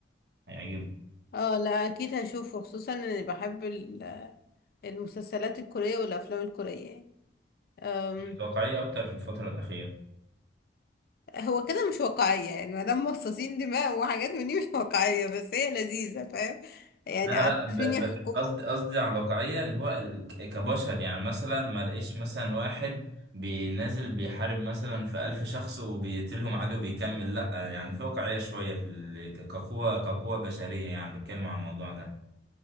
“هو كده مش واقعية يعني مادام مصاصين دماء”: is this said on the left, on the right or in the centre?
Left